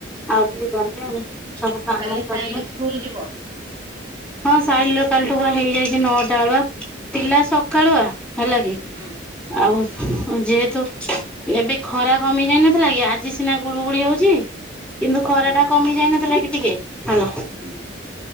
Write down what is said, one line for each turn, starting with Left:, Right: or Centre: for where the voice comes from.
Centre: ଆଉ
Right: ହୁଁ
Centre: ଟିକେ ଗଲେ ଆ ସବୁ କାମ
Right: ଆଉ କାଲି
Centre: ସରିଲେ
Right: ସାଇଲି ସ୍କୁଲ ଯିବ
Centre: ହଁ ସାଇଲ ସକାଳଠୁ ହେଇଯାଇଛି ନଅଟା ବେଳୁଆ ପିଲା ସକାଳୁଆ ହେଲା କି
Right: ହୁଁ
Centre: ଆଉ ଯେହେତୁ ଏବେ ଖରା କମି ଯାଇନଥିଲା କି ଆଜି ସିନା ଗୁଳୁଗୁଳି ହଉଛି କିନ୍ତୁ ଖରା
Right: ହୁଁ
Centre: ଟା କମି ଯାଇନଥିଲା କି ଟିକେ ହେଲା
Right: ହୁଁ।